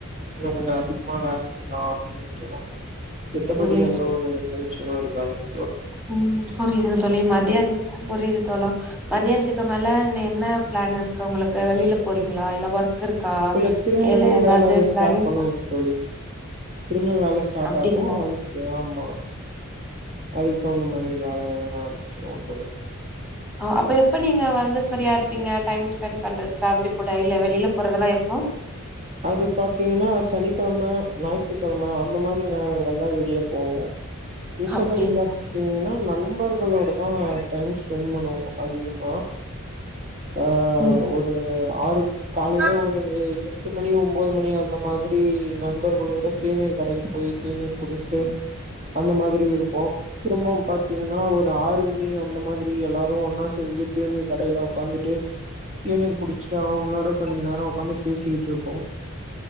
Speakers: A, on the right; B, in the centre.
A: இன்னு கொஞ்சோ அதிகமா வேல செய்யலா அப்டீன்ட்டுதா மித்தபடி
B: ம்
A: எந்த ஒரு டென்ஷனு இருக்காதுங்க
B: ம் புரியுதுங்க தோழி மதியானோ புரியுது தோழா மதியானத்துக்கு மேல இன்னோ என்ன பிளான் இருக்கு உங்குளுக்கு வெளில போறீங்களா இல்ல ஒர்க் இருக்கா
A: இல்ல திரும்பவு
B: இல்ல ஏதாவது
A: வேல ஸ்டார்ட்
B: பிளானிங்
A: பண்ணுவுங்க தோழி திரும்பவு வேல ஸ்டார்ட்
B: அப்டிங்களா
A: ஆகோ அதுக் ஏ ஆமா அதுக்கு தகுந்த மாரி வேல வேலலா ஆரம்பிச்சுருவோ தோழி
B: அப்ப எப்ப நீங்க வந்து ஃப்ரீயா இருப்பீங்க டைம் ஸ்பெண்ட் பண்றது ஃபேமிலி கூட இல்ல வெளில போறதுல்லா எப்போ
A: அது பாத்தீங்கன்னா சனிக்கெழம ஞாயித்துக்கெழம அந்த மாரி நேரங்கள்ல விடிய போவோ மித்தபடி
B: அப்டிங்களா
A: பாத்தீங்கன்னா நன் நண்பர்களோடதா டைம் ஸ்பெண்ட் பண்ணுவோ அதிகமா ஆ
B: ம்
A: ஒரு ஆறு காலையில
B: ம்
A: ஒரு எ ட்டு மணி ஒம்போது மணி அந்த மாரி நண்பர்களோட தேநீர் கடைக போய் தேநீர் குடிச்சுட்டு அந்த மாதிரி இருப்போ திரும்பவு பாத்தீங்கன்னா ஒரு ஆறு மணி அந்த மாரி எல்லாரு ஒன்னா சேந்து தேநீர் கடையில ஒக்காந்துட்டு தேநீர் குடிச்சிட்டு அவுங்களோட கொஞ்ச நேரோ ஒக்காந்து பேசிக்கிட்டு இருப் போ